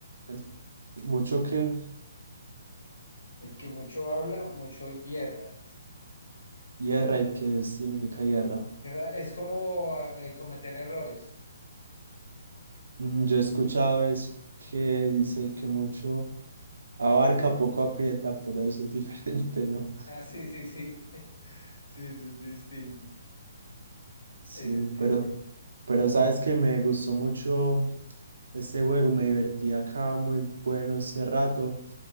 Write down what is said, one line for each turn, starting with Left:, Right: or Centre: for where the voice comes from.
Right: el- mucho que
Left: El que mucho habla, mucho hierra, dice.
Right: hierra y qué significa hierra.
Left: Hierra Es como eh, cometer errores.
Right: Mm, Yo he escuchado es que dice el que mucho abarca, poco aprieta, pero eso es <laughs> diferente, ¿no?
Left: Ah, sí, sí, sí. Sí, eso es distinto.
Right: Sí,
Left: Eso es distinto.
Right: pero, pero sabes que me gustó mucho este juego, me divertí acá muy bueno este rato,